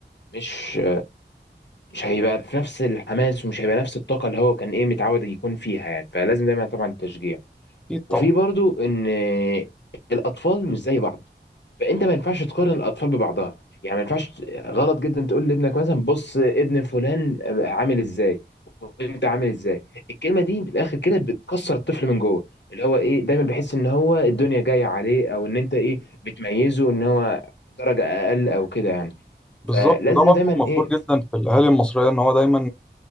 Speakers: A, on the left (about 70°); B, in the centre.
A: مش مش هيبقى في نفس الحماس ومش هيبقى نفس الطاقة اللي هو كان ايه متعود يكون فيها يعني فلازم دايما طبعا التشجيع
B: اكيد
A: وفي
B: طبعا
A: برضو ان الاطفال مش زي بعض فانت ما ينفعش تقارن الاطفال ببعضها يعني ما ينفعش غلط جدا تقول لابنك مثلا بص ابن فلان عامل ازاي وانت عامل ازاي الكلمة دي من الاخر كده بتكسر الطفل من جوه اللي هو ايه دايما بيحس ان هو الدنيا جاية عليه او ان انت ايه بتميزه ان هو درجة اقل او كده يعني
B: بالظبط
A: فلازم
B: وده برضه
A: دايما
B: مفروض
A: ايه
B: جدا في الاهالي المصريه ان هو دايما